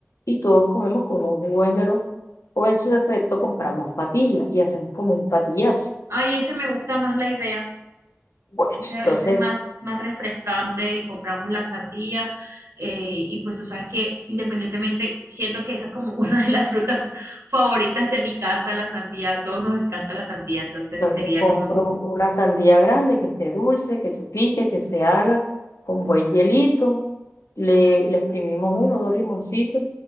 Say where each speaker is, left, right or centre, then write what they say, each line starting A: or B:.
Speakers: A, on the left; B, on the right.
A: y todos comemos con un jugo de melón o en su defecto compramos patillas y hacemos como un patillazo.
B: Ay, ese me gusta más la idea.
A: Bueno,
B: Ese,
A: entonces
B: ese es más, más refrescante y compramos la sandía. eh, y pues tú sabes que independientemente, siento que esa es como <laughs> una de las frutas favoritas de mi casa, la sandía. A todos nos encanta la sandía, entonces
A: Entonces
B: sería
A: compro
B: como,
A: una sandía grande que esté dulce, que se pique, que se haga con buen hielito. Le, le exprimimos uno, o dos limoncitos